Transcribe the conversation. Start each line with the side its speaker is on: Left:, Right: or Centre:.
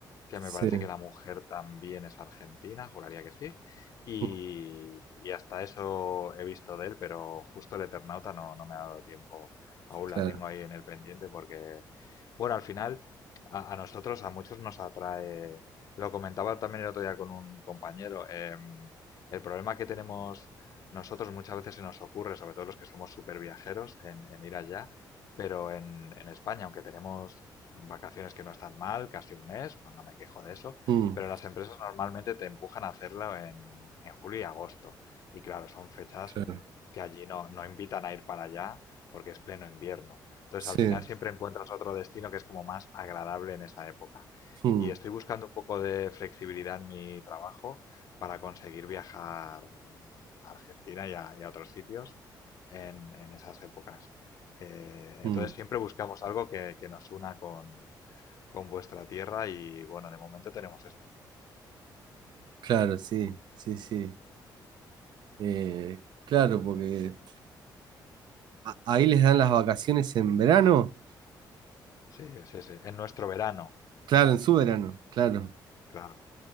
Left: que
Right: sí,
Left: me parece que la mujer también es argentina, juraría que sí. Y,
Right: mm,
Left: y hasta eso he visto de él, pero justo el Eternauta no, no me ha dado tiempo. Aún la
Right: claro,
Left: tengo ahí en el pendiente porque, bueno, al final a, a nosotros, a muchos nos atrae, lo comentaba también el otro día con un compañero, em, el problema que tenemos nosotros muchas veces se nos ocurre, sobre todo los que somos súper viajeros, en, en ir allá pero en, en España, aunque tenemos vacaciones que no están mal, casi un mes, pues no me quejo de eso,
Right: mm,
Left: pero las empresas normalmente te empujan a hacerlo en, en julio y agosto. Y claro, son fechas
Right: claro,
Left: que allí no, no invitan a ir para allá porque es pleno invierno. Entonces,
Right: sí,
Left: al final siempre encuentras otro destino que es como más agradable en esa época.
Right: mm,
Left: Y estoy buscando un poco de flexibilidad en mi trabajo para conseguir viajar eh, a Argentina y a, y a otros sitios en en esas épocas. Eh,
Right: mm,
Left: entonces siempre buscamos algo que, que nos una con, con vuestra tierra y bueno, de momento tenemos esto.
Right: claro, sí, sí, sí. Eh, claro, porque a- ahí les dan las vacaciones en verano,
Left: Sí, sí, sí. En nuestro verano,
Right: claro, en su verano, claro,
Left: claro.